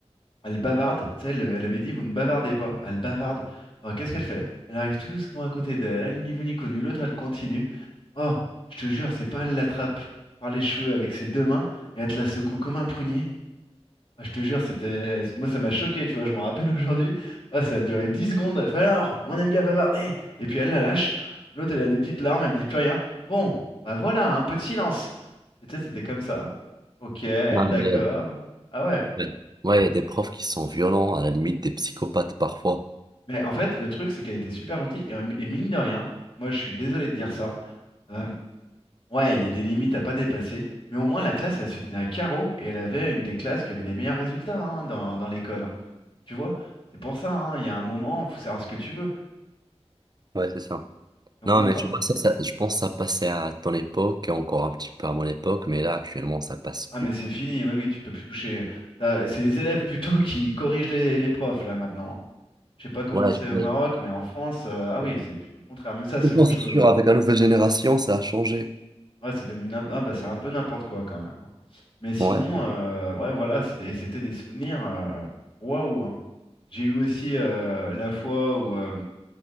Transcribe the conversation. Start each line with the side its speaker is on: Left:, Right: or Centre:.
Left: elle bavarde. Tu sais, elle, elle avait dit, vous ne bavardez pas. Elle bavarde. Ah, qu'est-ce qu'elle fait? Elle arrive tout doucement à côté d'elle, ni vu ni connu. L'autre, elle continue. Oh, je te jure, c'est pas elle l'attrape par les cheveux avec ses deux mains et elle te la secoue comme un prunier. Ah, je te jure, c'était. Moi, ça m'a choqué, tu vois, je m'en rappelle aujourd'hui. Ah, ça a duré 10 secondes. Elle fait alors, on aime bien bavarder. Et puis elle la lâche. L'autre, elle a des petites larmes, elle dit plus rien. Bon, bah voilà, un peu de silence. Et tu sais, c'était comme ça. Ok,
Right: Non,
Left: d'accord.
Right: mais,
Left: Ah ouais.
Right: ouais, Ouais, il y a des profs qui sont violents, à la limite des psychopathes parfois.
Left: Mais en fait, le truc, c'est qu'elle était super gentille. Et, euh, et mine de rien, moi, je suis désolé de dire ça. Euh, Ouais, il y a des limites à pas dépasser, mais au moins la classe, elle se tenait à carreau et elle avait une des classes qui avait les meilleurs résultats hein, dans, dans l'école. hein. Tu vois, c'est pour ça, hein, il y a un moment, il faut savoir ce que tu veux.
Right: Ouais, c'est ça.
Left: Donc
Right: Non,
Left: bon,
Right: mais
Left: pas-
Right: tu vois, ça, ça- je pense que ça passait à ton époque et encore un petit peu à mon époque, mais là, actuellement, ça passe plus.
Left: ah mais c'est fini, oui, oui, tu peux plus toucher. T'as- C'est les élèves plutôt qui corrigent les, les profs là maintenant. Je sais pas comment
Right: Ouais,
Left: c'est
Right: je...
Left: au Maroc, mais en France, euh, ah oui, c'est plutôt le contraire. Mais ça, c'est
Right: je pense
Left: autre
Right: que
Left: chose.
Right: c'est sûr,
Left: hein.
Right: avec la nouvelle génération, ça a changé.
Left: Ouais, c'est devenu n'im- ah bah c'est un peu n'importe quoi quand même. hein. Mais sinon,
Right: Ouais, ouais,
Left: euh, ouais, voilà, c'était c'était des souvenirs. euh, Waouh, hein. J'ai eu aussi euh, la fois où euh,